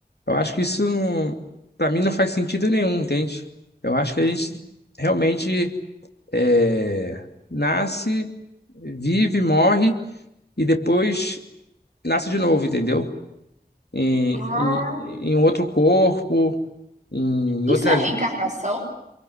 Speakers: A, on the left; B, on the right.
A: Eu acho que isso, para mim, não faz sentido nenhum, entende? Eu acho que a gente realmente. é, nasce, vive, morre e depois nasce de novo, entendeu? Em,
B: Ah,
A: em, em outro corpo, em
B: Isso
A: outra
B: é reencarnação?
A: vida.